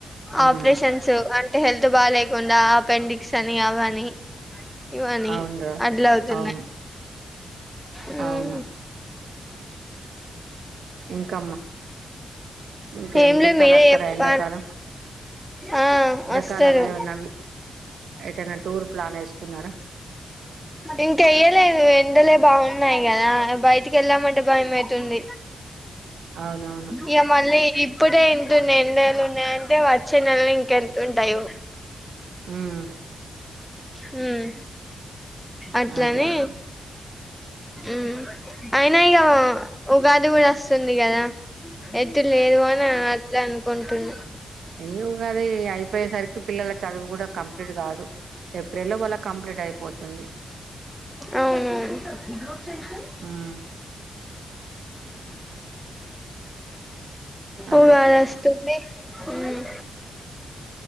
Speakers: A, on the right; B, in the centre.
A: ఉమ్
B: ఆపరేషన్స్ అన్ హెల్త్ బాలేకుండా అపెండిక్స్ అని అవని ఇవని
A: అవునురా
B: అట్ల అవుతున్నాయి
A: అవును
B: మ్మ్
A: అవును ఇంకమ్మా ఇంకేం
B: ఏంలేద్
A: చుట్టాలు
B: మీరే
A: వస్తారా
B: చెప్పాలి
A: ఎండాకాలం
B: ఆ
A: ఎండాకాలం
B: అస్తరు
A: ఏమన్నా ఎటైనా టూర్ ప్లాన్ వేసుకున్నారా
B: ఇంకెయ్యలే లేదు వెండలే బాగున్నాయి గదా బయటికి ఎళదామంటే భయమేతుంది
A: అవునవును
B: ఇగ లే ఇప్పుడే ఇంతున్నయ్ ఎండల్లున్నాయంటే వచ్చే నెలలో ఇంకెంతుంటాయో
A: ఉమ్
B: ఉమ్మ్ అట్లనీ
A: అదే అదే
B: మ్మ్ అయినా ఇగా ఉగాది గూడా ఒస్తుంది గదా ఎటు లేదు అని అట్టే అనుకుంటున్న
A: ఏ ఉగాది అయిపోయేసరికి పిల్లల చదువు గూడా కంప్లీట్ గాదు ఏప్రిల్లో మళ్ళ కంప్లీట్ అయిపోతుంది
B: అవును మ్మ్
A: ఉమ్ అదే
B: ఉగాదొస్తూ మ్మ్